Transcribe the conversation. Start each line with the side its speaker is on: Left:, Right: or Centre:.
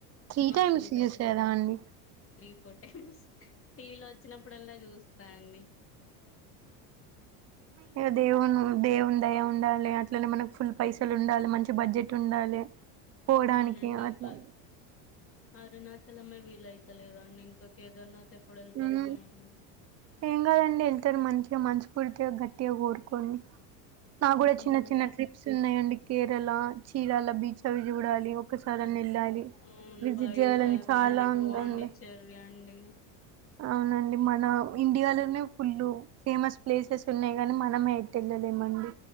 Right: త్రీ
Left: మస్తు
Right: టైమ్స్
Left: ఉంటంది,
Right: చూసారా అండి
Left: త్రీ ఫోర్ టైమ్స్. టీ వీలో వచ్చినప్పుడల్లా చూస్తా అండి.
Right: ఇగ దేవును దేవుని దయ ఉండాలే, అట్లనే మనకు ఫుల్ పైసలు ఉండాలె, మంచి బడ్జెట్ ఉండాలె. పోవడానికి
Left: అవునండి
Right: అట్లా.
Left: అ అరుణాచలమే వీలైత లేదండి ఇంకా కేదార్నాథ్ ఎప్పుడు వెళ్తానో
Right: ఉమ్
Left: ఏమో
Right: ఏం కాదండి ఎళ్తారు మంచిగా మంచు పూల్తిగ గట్టిగా కోరుకోండి, నాకు కూడా
Left: అవును
Right: చిన్న చిన్న ట్రిప్స్ ఉన్నాయండి. కేరళ చీరాల బీచ్ అవి చూడాలి ఒక స సారన వెళ్ళాలి
Left: అవును
Right: విజిట్
Left: వైజాగ్
Right: చేయాలని చాలా
Left: అండి
Right: ఉందండి.
Left: పాండిచ్చేరి అండి
Right: అవునండి మన ఇండియాలో నే ఫుల్లు ఫేమస్ ప్లేసెస్ ఉన్నాయి కాని మనం ఎటెళ్ళలేమండి